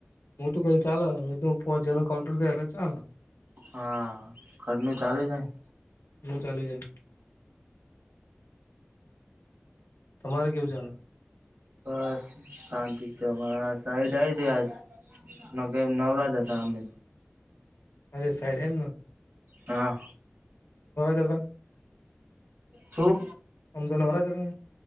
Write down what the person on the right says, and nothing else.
હા, કરરમી ચાાલુ જાય.
બસ શાંતિ છે મારા સાઈડ આઈ ત્યાં આજ ન કે નવરાજ હતા અમે
હા
શું